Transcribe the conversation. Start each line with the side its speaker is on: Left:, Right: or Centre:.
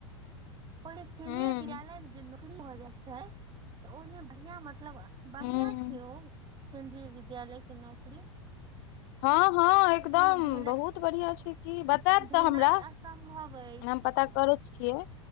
Right: पर केन्द्रीय
Left: हूँ
Right: विद्यालय में जे नौकरी भए जाइ छै तऽ ओहिमे बढ़िया म मतलब बढ़िया
Left: हूँ
Right: छै ओ केन्द्रीय विद्यालयके नौकरी
Left: हँ हँ एकदम
Right: लेकिन भेनाइ
Left: बहुत बढ़िया छै की बतायब
Right: भेनाइ
Left: तऽ हमरा
Right: असम्भव अछि
Left: हम पता करै छियै